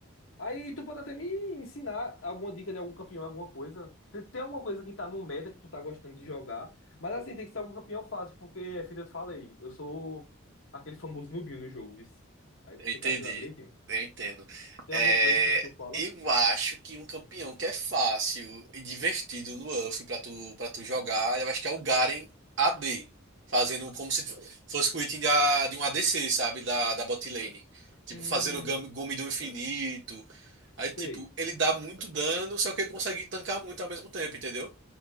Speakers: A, on the left (about 75°); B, on the right (about 60°).
A: Aí tu pode até me ensinar alguma dica de algum campeão, alguma coisa. Te- Tem alguma coisa que tá no meta que tu tá gostando de jogar. Mas assim, tem que ser algum campeão fácil, porque é feito eu te falei, eu sou aquele famoso nubinho no jogo, viu? Aí tu
B: eu
A: tem
B: entendi,
A: que ajudar direitinho.
B: eu entendo.
A: Tem
B: É,
A: alguma coisa assim que tu fala?
B: eu acho que um campeão que é fácil e divertido no UF para tu, para tu jogar, eu acho que é o Garen AD, fazendo como se fosse o item da, de um ADC, sabe, da, da bot lane. Tipo,
A: Hum,
B: fazendo o Gam- Gome do Infinito.
A: sei.
B: Aí, tipo, ele dá muito dano, só que ele consegue tancar muito ao mesmo tempo, entendeu?